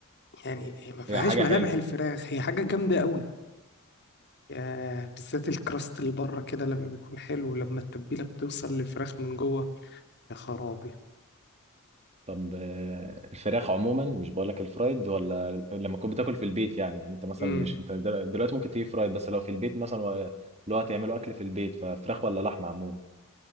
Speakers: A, on the left; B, on the right.
A: يعني ما فيهاش
B: هي حاجة
A: ملامح
B: حلوة
A: الفراخ هي حاجة جامدة قوي آه بالذات الكراست اللي بره كده لما بيكون حلو لما التتبيلة بتوصل للفراخ من جوه يا خرابي
B: طب آه، الفراخ عموما مش بقول لك الفرايد ولا لما تكون بتاكل في البيت يعني يعني انت مثلا
A: امم
B: مش انت دل- دلوقتي ممكن تجيب فرايد بس لو في البيت مثلا و- لو هتعملوا اكل في البيت ففراخ ولا لحمه عموما